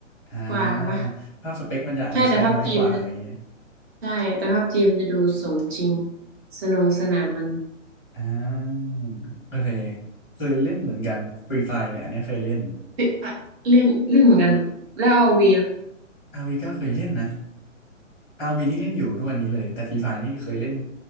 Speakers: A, in the centre; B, on the right.
A: อ่าภาพสเปคมันจะอาจจะใช้น้อยกว่าอะไรเงี้ย
B: กว่าปะใช่แต่พับจีมันจะใช่แต่พับจีมันจะดูสมจริงสนุกสนานมัน
A: อ่าโอเคเคยเล่นเหมือนกันฟรีไฟเนี่ยอันเนี้ยเคยเล่น
B: เอ๊ะอะเล่นเล่นเหมือนกันแล้วเอาวีล่ะคะ
A: อาวีก็เคยเล่นนะอาวีนี่เล่นอยู่ทุกวันนี้เลยแต่ฟรีไฟนี่เคยเล่น